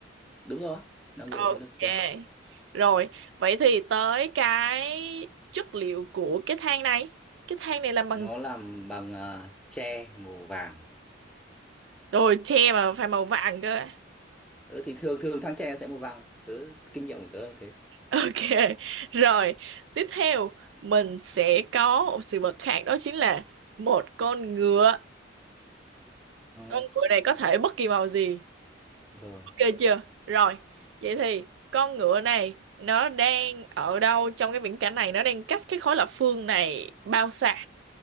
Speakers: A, in the centre; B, on the right (about 70°).
A: đúng rồi nó dựa
B: Ok.
A: với lớp phương
B: Rồi, vậy thì tới cái chất liệu của cái than này. Cái than này làm bằng
A: nó
B: gì?
A: làm bằng à, tre màu vàng
B: Rồi, tre mà phải màu vàng cơ. <laughs>
A: ừ, thì thường thường thang tre sẽ màu vàng tớ kinh nghiệm của tớ là thế
B: Ok. Rồi, tiếp theo mình sẽ có một sự vật khác đó chính là một con ngựa.
A: Ờ,
B: Con ngựa này có thể bất kỳ màu gì.
A: rồi
B: Ok chưa? Rồi, vậy thì con ngựa này nó đang ở đâu trong cái viễn cảnh này? Nó đang cách cái khối lập phương này bao xa?